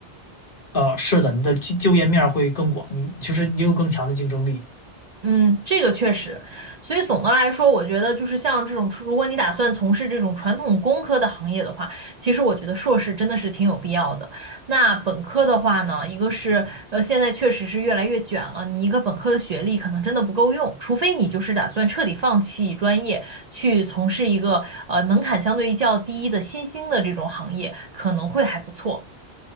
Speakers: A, on the left; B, on the right.
A: 呃，是的，你的就就业面儿会更广，你就是你有更强的竞争力。
B: 嗯，这个确实，所以总的来说，我觉得就是像这种，如果你打算从事这种传统工科的行业的话，其实我觉得硕士真的是挺有必要的。那本科的话呢，一个是呃，现在确实是越来越卷了，你一个本科的学历可能真的不够用，除非你就是打算彻底放弃专业，去从事一个呃门槛相对于较低的新兴的这种行业，可能会还不错。